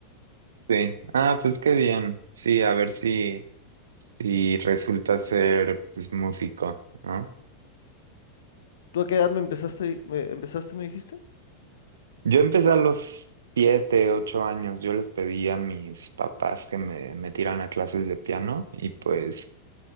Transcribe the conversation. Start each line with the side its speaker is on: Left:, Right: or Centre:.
Right: Sí. Ah, pues qué bien. Sí, a ver si, si resulta ser pues músico, ¿no?
Left: ¿Tú a qué edad me empezaste, me empezaste, me dijiste?
Right: Yo empecé a los siete, ocho años. Yo les pedí a mis papás que me metieran a clases de piano y pues